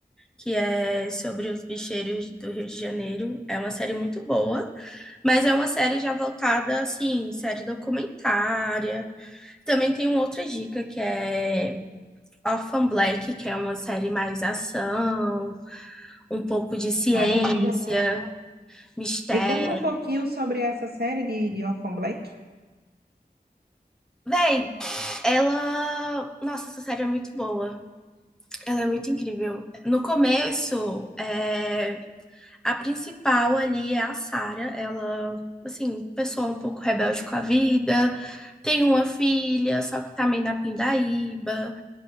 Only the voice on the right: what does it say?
Maravilha.
Me conta um pouquinho sobre essa série de, de Orphan Black.